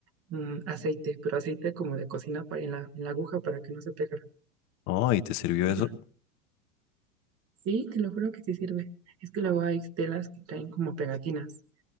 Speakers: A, on the right (about 35°); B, on the left (about 45°).
A: mm, aceite, pero aceite como de cocina para, en la, en la aguja para que no se pegara.
B: oh, y te sirvió
A: <laughs>
B: eso,
A: Sí, te lo juro que sí sirve. Es que luego hay telas que traen como pegatinas.